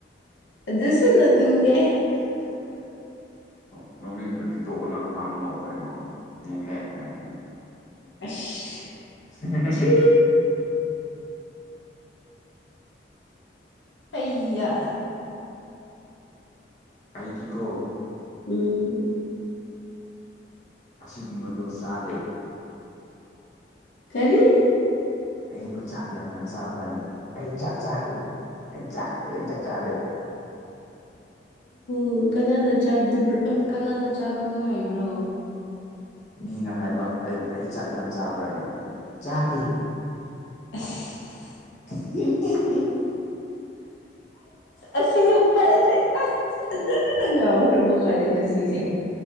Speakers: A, on the left (about 80°); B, on the left (about 40°).
A: ꯑꯗꯨꯁꯨ ꯅꯠꯅꯤꯡꯗꯦ
B: <unintelligible> ꯂꯧꯅꯤꯡꯗꯨꯗꯤ ꯇꯣꯛꯑꯣꯅ ꯀꯅꯥꯅꯣ ꯅꯣꯛꯑꯣ ꯍꯥꯏꯅꯣ ꯎꯍꯦꯍꯦ ꯍꯦ
A: ꯑꯁ
B: ꯍ
A: ꯁꯤ ꯍꯌꯥ
B: ꯑꯗꯤꯀꯣ
A: ꯎꯝ
B: ꯑꯁꯤꯒꯨꯝꯕꯗꯨ ꯆꯥꯗꯦ
A: ꯀꯔꯤ
B: ꯑꯩꯕꯨ ꯆꯥꯛ ꯌꯥꯝ ꯌꯥꯝ ꯆꯥꯕ꯭ꯔꯥꯅꯤ ꯑꯩ ꯆꯥꯛ ꯆꯥꯗꯦ ꯑꯩ ꯆꯥꯛ ꯀꯩꯝꯇ ꯆꯥꯗꯦ
A: ꯑꯣ ꯀꯅꯥꯅ ꯆꯥꯕꯣ ꯀꯅꯥꯅ ꯆꯥꯒꯅꯤꯣ ꯍꯥꯏꯕ꯭ꯔꯣ
B: ꯃꯤꯅ ꯍꯥꯏꯕ ꯑꯩ ꯑꯩ ꯆꯥꯛ ꯌꯥꯝ ꯆꯥꯕ꯭ꯔꯅꯦ ꯆꯥꯗꯦ
A: ꯑꯁ
B: ꯎ
A: ꯑꯁꯤꯅ ꯐꯁꯦ ꯑꯁ ꯐꯖꯅ ꯉꯥꯎꯈ꯭ꯔꯕ ꯃꯥ ꯉꯁꯤꯁꯦ